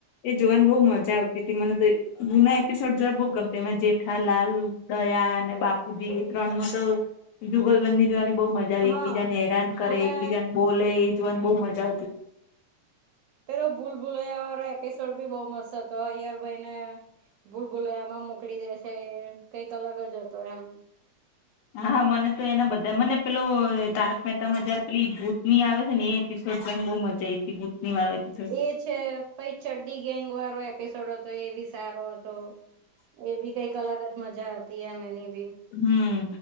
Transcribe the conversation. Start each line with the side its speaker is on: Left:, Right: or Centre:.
Left: એ જોવાને બહુ મજા આવતી તો મને તો જુના એપિસોડ જોવા બહુ ગમે તો જેઠાલાલ દયા અને બાપુજી એ ત્રણ નું તો જુગલબંધી જોવાની બહુ મજા આવે
Right: હા
Left: એકબીજા ને હેરાન કરે
Right: અને
Left: એકબીજાન બોલે એ જોવાને બઉ મજા આવતી
Right: પેલો ભૂલ ભૂલયા વાળો એપિસોડ બી બહુ મસ્ત હતો અયર ભઈને ભૂલ ભૂલાયામાં મોકલી દે છે કઈક અલગ જ હતો એમ
Left: હા હા મને તો એના બધા મને પેલો તારક મહેતા માં જયારે પેલી ભૂત ની આવે છે ને એ <unintelligible> બહુ મજા આઈ હતી બૂતની વાલા એપિસોડ
Right: એ છે પ ચડ્ડી ગેંગ વાળો એપિસોડ હતો એવી સારો હતો એ બી કઈક અલગ જ મજા હતી એમ એની બી
Left: હમ